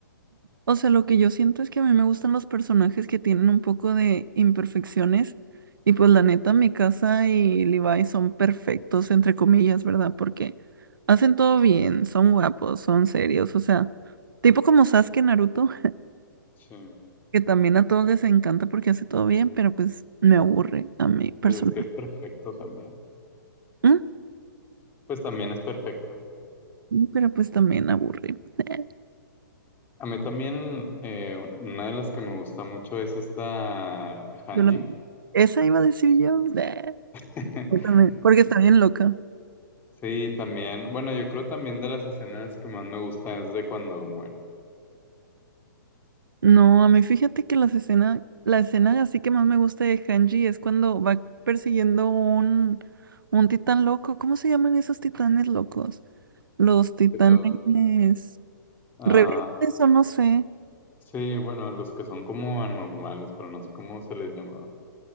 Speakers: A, on the right; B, on the left.
A: O sea, lo que yo siento es que a mí me gustan los personajes que tienen un poco de imperfecciones y pues la neta mi casa y Levi son perfectos, entre comillas, ¿verdad? Porque hacen todo bien, son guapos, son serios, o sea, tipo como Sasuke en Naruto,
B: Sí,
A: <laughs> que también a todos les encanta porque hace todo bien, pero pues me aburre a mí personal.
B: pues es que es perfecto también.
A: ¿Mm?
B: Pues también es perfecto.
A: Pero pues también aburre. <laughs>
B: A mí también eh, una de las que me gusta mucho es esta Hanji.
A: Yo lo- Esa iba a decir yo. <laughs>
B: <laughs>
A: Yo también, Porque está bien loca.
B: Sí, también, bueno, yo creo también de las escenas que más me gusta es de cuando muere.
A: No, a mí fíjate que las escenas, la escena así que más me gusta de Hanji es cuando va persiguiendo un, un titán loco. ¿Cómo se llaman esos titanes locos? Los titanes
B: Pero, ah,
A: rebeldes o no sé.
B: sí, bueno, los que son como anormales, pero no sé cómo se les llamaba.